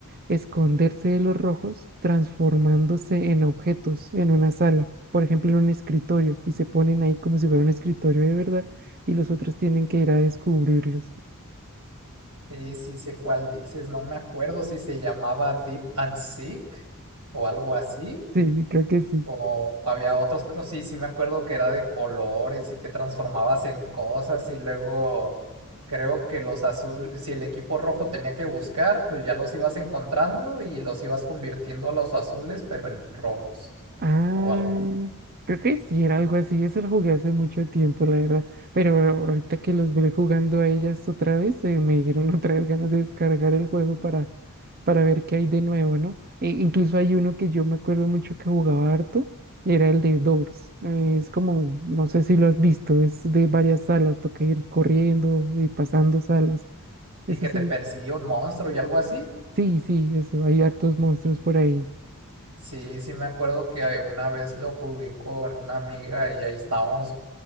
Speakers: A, on the right (about 45°); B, on the right (about 80°).
A: esconderse de los rojos transformándose en objetos en una sala, por ejemplo en un escritorio, y se ponen ahí como si fuera un escritorio de verdad y los otros tienen que ir a descubrirlos.
B: Sí, sí sé cuál dices, no me acuerdo si se llamaba Deep and Sick o algo así.
A: Sí, creo que sí.
B: O había otros, pero sí, sí me acuerdo que era de colores y te transformabas en cosas y luego creo que los azules, si el equipo rojo tenía que buscar, pues ya los ibas encontrando y los ibas convirtiendo a los azules, pero en rojos
A: Ah,
B: o algo así.
A: creo que sí, era algo así. Eso lo jugué hace mucho tiempo, la verdad. Pero ahorita que los volví jugando a ellas otra vez, eh, me dieron <laughs> otra vez ganas de descargar el juego para, para ver qué hay de nuevo, ¿no? E- incluso hay uno que yo me acuerdo mucho que jugaba harto y era el de Doors. Eh, es como, no sé si lo has visto, es de varias salas, toca ir corriendo y pasando salas.
B: Y
A: Ese
B: que te
A: sí.
B: persigue un monstruo y algo así.
A: Sí, sí, eso, hay hartos monstruos por ahí.
B: Sí, sí me acuerdo que una vez lo jugué con una amiga y ahí estábamos